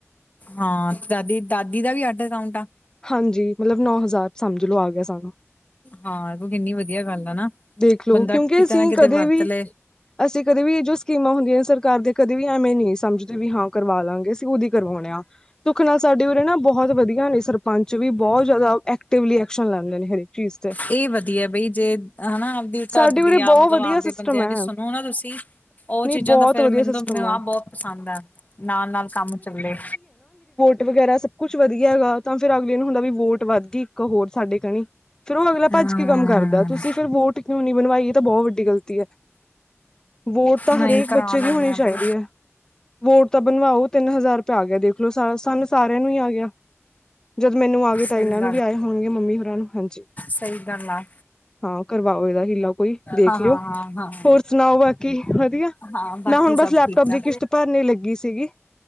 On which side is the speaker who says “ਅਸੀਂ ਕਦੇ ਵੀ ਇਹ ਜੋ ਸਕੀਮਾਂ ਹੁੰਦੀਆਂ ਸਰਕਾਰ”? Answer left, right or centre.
Left